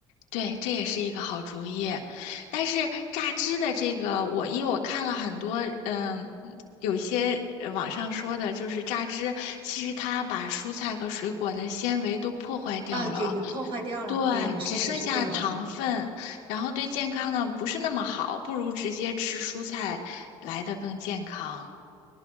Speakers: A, on the left; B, on the right.
A: 对，这也是一个好主意，但是榨汁的这个，我因为我看了很多，嗯，有一些呃网上说的，就是榨汁，其实它把蔬菜和水果的纤维都破坏掉了，
B: 啊，给破坏掉了。
A: 对，
B: 对，你说的也是对的，
A: 只剩下糖分，然后对健康呢不是那么好，不如直接吃蔬菜来的更健康。